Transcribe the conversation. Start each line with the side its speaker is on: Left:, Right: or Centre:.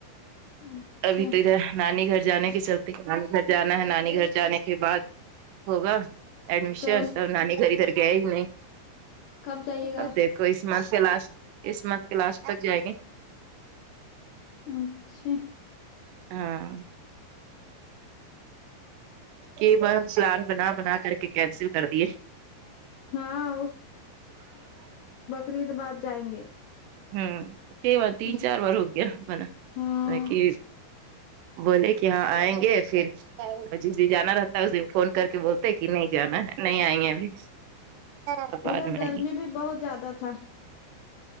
Left: اچھا
Right: ابھی تو ادھر نانی گھر جانے کے چلتے نانی گھر جانا ہے نانی گھر جانے کے بعد ہوگا ایڈمیشن
Left: تو
Right: سب نانی گھر ادھر گئے ہی میں
Left: کب جائیے گا
Right: اب دیک تو اس منتھ کے لاسٹ اس منتھ کے لاسٹ تک جائے گے
Left: اچھا
Right: ہاں کہ ب سلان بنا بنا کر کے کینسل کر دیے
Left: ہاں فرید آباد جائ گے
Right: ہوں کئی بار تین
Left: اس
Right: چار بار ہو گیا منا
Left: ہاں
Right: میںنے کہ بولے کہ یہاں آئیں گے پھر جس دے جانا رہتا ہے اس فون کر کے بول کی نہیں جانا نہیں آئی ہیں ابھی اب بعد
Left: ادھر
Right: میں
Left: گرمی
Right: آئیں گے
Left: بھی بہت زیادہ تھا